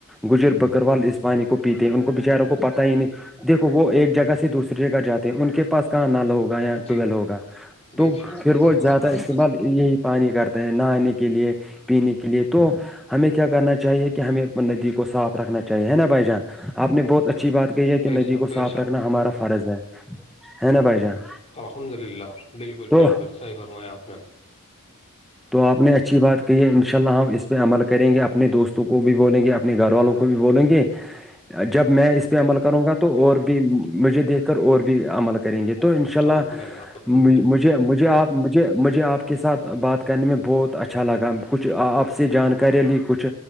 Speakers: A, in the centre; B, on the left.
A: بزرگ بکروال اس پانی کو پیتے ہیں ان کو بچاروں کو پتا ہی نہیں دیکھو وہ ایک جگہ سے دوسری جگہ جاتے ہیں ان کے پاس کہاں نال ہوگا یا
B: جی
A: ٹویل ہوگا
B: بے
A: تو
B: شک
A: پھر
B: صحیح
A: وہ
B: فرمایا
A: زیادہ
B: آپ
A: استعمال
B: نے
A: یہی پانی کرتے ہیں نہانے کے لیے پینے کے لیے تو ہمیں کیا کرنا چاہیے کہ ہمیں ندی کو صاف رکھنا چاہیے ہے نا بھائی جان آپ نے بہت اچھی بات کہی ہے کہ
B: بے
A: ندی
B: شک
A: کو
B: بے
A: صاف
B: شک
A: رکھنا ہمارا فرض ہے ہے نا بھائی جان
B: الحمد للہ بالکل
A: تو
B: بالکل صحی فرمایا آپ نے
A: تو آپ نے اچھی بات کہی ہے انشاء اللہ ہم اس پہ عمل کریں گے اپنے دوستوں کو بھی بولیں گے اپنے گھر والوں کو بھی بولیں گے
B: <inaudible>
A: جب میں اس پہ عمل کروں گا تو اور بھی مجھے دیکھ کر اور بھی عمل کریں گے تو انشاء اللہ
B: عمل کریں گے
A: مجھے مجھے آپ مجھے مجھے آپ کے ساتھ بات کرنے میں بہت اچھا لگا کچھ آپ سے جانکارییاں لی کچھ